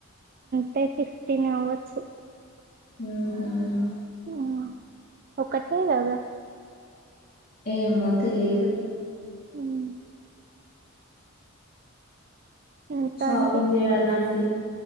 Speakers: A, on the right; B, on the left.
A: టే ఫిఫ్టీన్ అవ్వొచ్చు
B: ఉహుమ్
A: ఉమ్ ఒకటే కదా
B: ఏమో తెలిదు
A: ఉమ్ ఇంకా
B: షాపింగ్
A: అండి
B: చేయాలా అండి